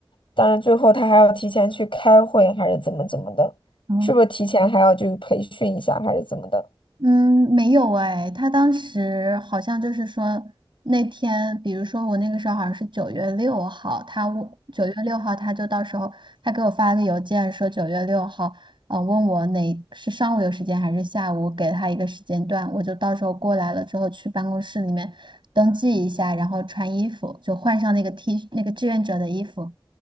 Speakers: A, on the left (about 75°); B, on the right (about 65°).
A: 但是最后他还要提前去开会，还是怎么怎么的，
B: 嗯。
A: 是不是提前还要去培训一下，还是怎么的？
B: 嗯，没有哎，他当时好像就是说那天，比如说我那个时候好像是九月六号，他九月六号他就到时候他给我发了个邮件说九月六号，呃，问我哪是上午有时间还是下午，给他一个时间段，我就到时候过来了之后去办公室里面登记一下，然后穿衣服，就换上那个 T 那个志愿者的衣服。